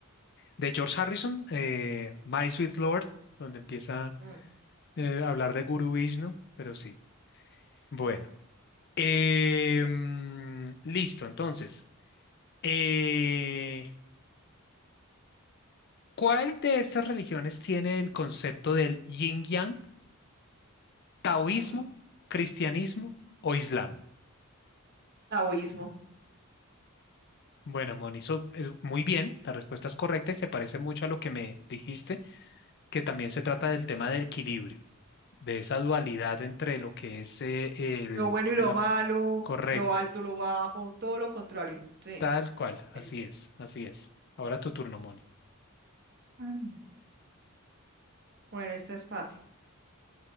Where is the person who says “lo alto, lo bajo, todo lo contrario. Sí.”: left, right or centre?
Right